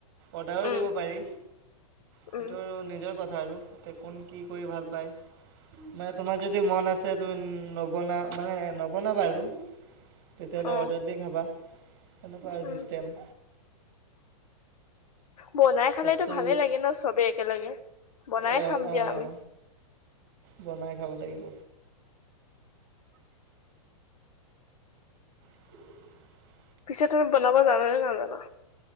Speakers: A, on the right; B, on the left.
A: অৰ্ডাৰো
B: উম
A: দিব পাৰি, সেইটো
B: উম
A: নিজৰ কথা আৰু। এতিয়া কোন কি কৰি ভাল পায়, মানে তোমাৰ যদি মন আছে তুমি নবনা- মানে, নবনাবা আৰু। তেতিয়াহ'লে
B: অ
A: অৰ্ডাৰ দি খাবা। তেনেকুৱা আৰু
B: উম
A: ছিষ্টেম।
B: বনাই খালেতো
A: তাততো
B: ভালেই লাগে ন চবেই একেলগে। বনাই
A: অঁ
B: খাম
A: অঁ
B: দিয়া আমি।
A: বনাই খাব লাগিব। <unintelligible>
B: পিছে তুমি বনাব জানা নে নাজানা?